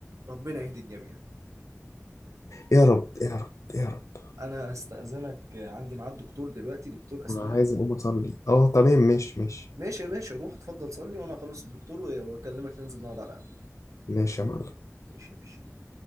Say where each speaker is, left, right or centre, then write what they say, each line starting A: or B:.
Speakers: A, on the right (about 75°); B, on the left (about 75°).
A: ربنا يهدي الجميع
B: يا رب يا رب يا رب
A: انا هستأذنك عندي ميعاد دكتور دلوقتي دكتور اسنان
B: انا عايز اقوم اصلي اه تمام ماشي ماشي
A: ماشي يا باشا روح اتفضل صلي وانا هخلص الدكتور واكلمك ننزل نقعد على القهوة
B: ماشي يا معلم
A: ماشي يا باشا